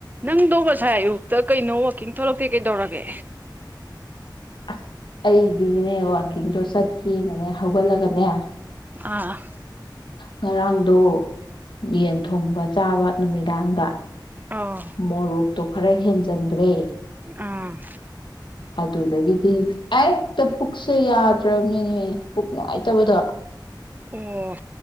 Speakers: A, on the right; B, on the left.
A: ꯅꯪꯗꯣ ꯉꯁꯥꯏ ꯑꯌꯨꯛꯇ ꯀꯩꯅꯣ ꯋꯥꯋꯥꯛꯀꯤꯡ ꯊꯂꯛꯇꯦ ꯀꯩꯗꯧꯔꯒꯦ
B: ꯑꯁ ꯑꯩꯗꯤꯅꯦ ꯋꯥꯛꯀꯤꯡꯗꯣ ꯆꯠꯀꯦꯅꯅꯦ ꯍꯧꯒꯠꯂꯒꯅꯦ
A: ꯑꯥ
B: ꯉꯔꯥꯡꯗꯣ ꯌꯦꯟ ꯊꯣꯡꯕ ꯆꯥꯕ ꯅꯨꯃꯤꯗꯥꯡꯗ
A: ꯑꯥ
B: ꯃꯣꯔꯨꯞ ꯇꯣ ꯈꯔ ꯍꯦꯟꯖꯤꯟꯈ꯭ꯔꯦ
A: ꯑꯥ
B: ꯑꯗꯨꯗꯗꯒꯤꯗꯤ ꯑ ꯍꯛꯇ ꯄꯨꯛꯁꯦ ꯌꯥꯗ꯭ꯔꯕꯅꯤꯅꯦ ꯄꯨꯛ ꯅꯨꯡꯉꯥꯏꯇꯕꯗꯣ
A: ꯑꯣ